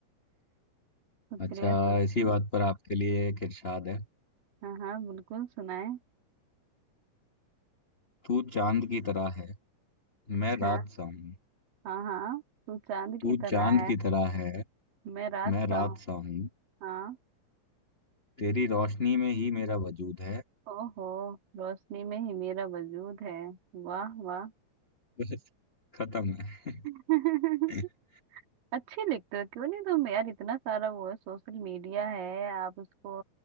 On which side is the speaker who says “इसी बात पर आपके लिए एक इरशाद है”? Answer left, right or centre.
Left